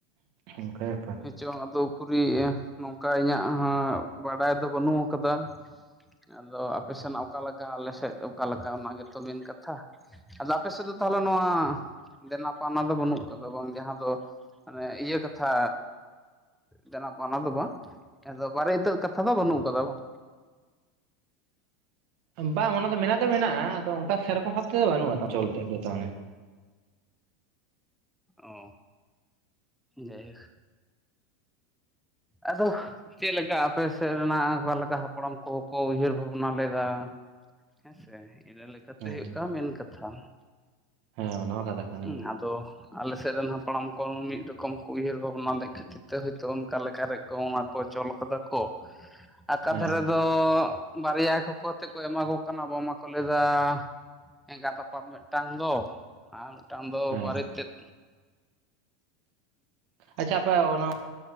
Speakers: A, on the right (about 60°); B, in the centre.
A: ᱚᱱᱠᱟ ᱵᱮᱯᱟᱨᱼᱼ
B: ᱦᱮᱪᱚᱝ ᱟᱫᱚ ᱩᱠᱨᱤᱡ ᱱᱚᱝᱠᱟ ᱤᱧᱟᱹᱜ ᱦᱚᱸ ᱵᱟᱰᱟᱭ ᱫᱚ ᱵᱟᱹᱱᱩᱜ ᱠᱟᱫᱟ ᱟᱫᱚ ᱟᱯᱮ ᱥᱮᱱᱟᱜ ᱚᱠᱟ ᱞᱮᱠᱟ ᱟᱞᱮ ᱥᱮᱫ ᱚᱠᱟ ᱞᱮᱠᱟ ᱚᱱᱟ ᱜᱮᱛᱚ ᱢᱮᱱ ᱠᱟᱛᱷᱟ ᱟᱫᱚ ᱟᱯᱮ ᱥᱮᱫ ᱫᱚ ᱛᱟᱦᱚᱞᱮ ᱱᱚᱣᱟ ᱫᱮᱱᱟ ᱯᱟᱣᱱᱟ ᱫᱚ ᱵᱟᱹᱱᱩᱜ ᱠᱟᱫᱟ ᱵᱟᱝ ᱡᱟᱦᱟᱸ ᱫᱚᱼᱼ ᱢᱟᱱᱮ ᱤᱭᱟᱹ ᱠᱟᱛᱷᱟᱼᱼ ᱫᱮᱱᱟ ᱯᱟᱣᱱᱟ ᱫᱚ ᱵᱟᱝ ᱮᱫᱚ ᱵᱟᱨᱮ ᱤᱛᱟᱹ ᱠᱟᱛᱷᱟ ᱫᱚ ᱵᱟᱹᱱᱩᱜ ᱠᱟᱫᱟ ᱵᱟᱝ
A: ᱵᱟᱝ ᱚᱱᱟ ᱫᱚ ᱢᱮᱱᱟᱜ ᱫᱚ ᱢᱮᱱᱟᱜᱼᱟ ᱟᱫᱚ ᱚᱱᱠᱟ ᱥᱮᱨᱚᱠᱚᱢ ᱵᱷᱟᱵ ᱛᱮᱫᱚ ᱵᱟᱹᱱᱩᱜᱼᱟ <unintelligible> ᱫᱚ ᱛᱟᱱᱮ
B: ᱚ ᱡᱟᱭ ᱦᱳᱠᱼᱼ ᱟᱫᱚᱼᱼ ᱪᱮᱫ ᱞᱮᱠᱟ ᱟᱯᱮ ᱥᱮᱫ ᱨᱮᱱᱟᱜ ᱚᱠᱟ ᱞᱮᱠᱟ ᱦᱟᱯᱲᱟᱢ ᱠᱚ ᱦᱚᱸ ᱠᱚ ᱩᱭᱦᱟᱹᱨ ᱵᱷᱟᱵᱽᱱᱟ ᱞᱮᱫᱟ ᱦᱮᱸ ᱥᱮ ᱤᱨᱟᱞᱼᱼ ᱠᱟᱛᱮ
A: ᱟᱪᱪᱷᱟ
B: ᱦᱩᱭᱩᱜ ᱠᱟᱱᱟ ᱢᱮᱱ ᱠᱟᱛᱷᱟ
A: ᱦᱮᱸ ᱚᱱᱟ ᱢᱟ ᱠᱟᱛᱷᱟ ᱠᱟᱱ ᱜᱮᱭᱟ
B: ᱦᱩᱸ ᱟᱫᱚᱼᱼ ᱟᱞᱮ ᱥᱮᱫ ᱨᱮᱱ ᱦᱟᱯᱲᱟᱢ ᱠᱚ ᱢᱤᱫ ᱨᱚᱠᱚᱢ ᱠᱚ ᱩᱭᱦᱟᱹᱨ ᱵᱷᱟᱵᱱᱟ ᱞᱮᱫ ᱠᱷᱟᱹᱛᱤᱨ ᱛᱮ ᱦᱳᱭᱛᱳ ᱚᱱᱠᱟ ᱞᱮᱠᱼᱼ ᱠᱷᱟᱨᱮᱡ ᱠᱚ ᱚᱱᱟ ᱠᱚ ᱪᱚᱞ ᱠᱟᱫᱟ ᱠᱚ ᱟᱠᱟ
A: ᱦᱮᱸ
B: ᱫᱷᱟᱨᱮᱼᱼ ᱟᱫᱚ ᱵᱟᱨᱭᱟ ᱠᱚ ᱠᱚ ᱟᱛᱮᱫ ᱠᱚ ᱮᱢᱟ ᱠᱚ ᱠᱟᱱᱟ ᱟᱵᱚ ᱢᱟᱠᱚ ᱞᱟᱭ ᱫᱟ ᱮᱸᱜᱟᱛ ᱟᱯᱟᱛ ᱢᱤᱫᱴᱟᱝ ᱫᱚ ᱟᱨ ᱢᱤᱫᱴᱟᱝ ᱫᱚ
A: ᱦᱮᱸ
B: ᱵᱟᱨ ᱛᱮᱫᱼᱼ
A: ᱟᱪᱪᱷᱟ ᱟᱯᱮ ᱚᱱᱟᱼᱼ